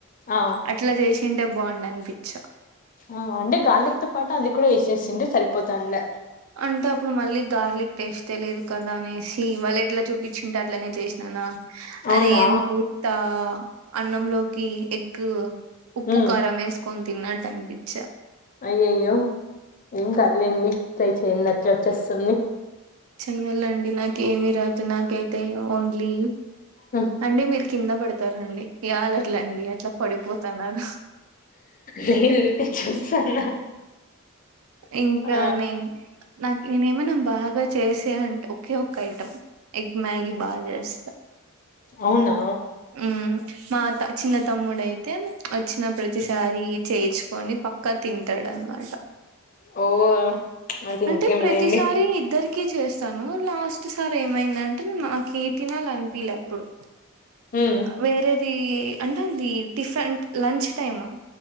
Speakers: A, on the left; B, on the right.
A: ఆ
B: అట్లా జె చేసుంటే బాగుండనిపించ
A: ఆ అంటే గార్లిక్ తో పాటు అది కూడా వేసేసిండ సరిపోతాండే
B: అంటే అప్పుడు మళ్ళీ గార్లిక్ టేస్తే లేదు కదా అనేసి వాళ్ళు ఎట్లా చూపించింటే అట్లనే చేస్ అనా
A: అవునా
B: అది ఏంత్త అన్నంలోకి ఎగ్గు ఉప్పు
A: ఉమ్
B: ఖారం ఎస్కొని తిన్నాట్టు అనిపిచ్
A: అయ్యయ్యో ఏం కాదులేండి ట్రై చేయండి అట్ల వచ్చేస్తుంది
B: చెయ్యాలండి నాకు ఏమి రాదు నాకైతే ఓన్లీ
A: ఉమ్
B: అండి మీరు కింద పడతారండి ఇలర్లే అండి అట్లా పడిపోతన్నార
A: నేను ఊరికే చూస్తాన్నా
B: ఇంకా
A: ఆ
B: నేన్ నాకు నేనేమైనా బాగా చేసే అం ఒకే ఒక ఐటం ఎగ్ మ్యాగి బాగా చేస్తా
A: అవునా
B: ఉమ్
A: ఉమ్
B: మాత చిన్న తమ్ముడుయితే వచ్చిన ప్రతిసారి చేయిచ్ పోని పక్కా తింటాడనమాట
A: ఓ అయితే
B: అంటే
A: ఇంకేం
B: ప్రతిసారి
A: లేండి
B: ఇద్దరీ కి చేస్తాను లాస్ట్ సార్ ఏమైందంటే నాకి తినాలి అనిపలే అప్పుడు
A: ఉమ్
B: వేరేది అంటే అది టిఫిన్ లంచ్ టైమ్